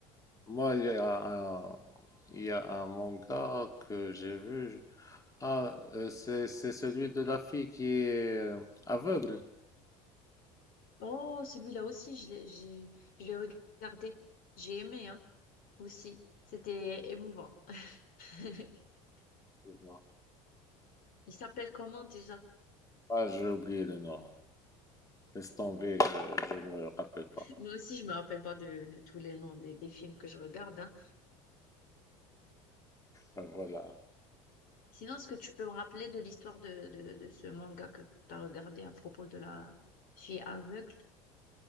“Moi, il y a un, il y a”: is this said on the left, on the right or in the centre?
Left